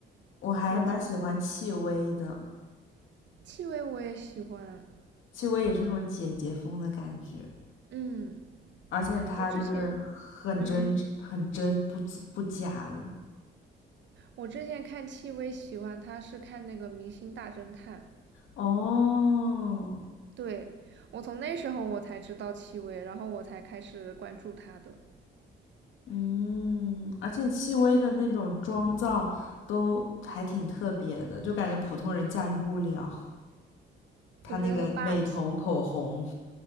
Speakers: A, on the left; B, on the right.
A: 我还蛮喜欢戚薇的。
B: 就挺戚薇我也喜欢。
A: 戚薇也是那种姐姐风的感觉，
B: 嗯，
A: 而且她就是很真、
B: 我之前，嗯，
A: 很真、不不假的。
B: 我之前看戚薇喜欢她是看那个《明星大侦探》。
A: 哦，
B: 对，我从那时候我才知道戚薇，然后我才开始关注她的。
A: 嗯，而且戚薇的那种妆造都还挺特别的，就感觉普通人驾驭不了。她那个美瞳、
B: 我觉得很霸气，
A: 口红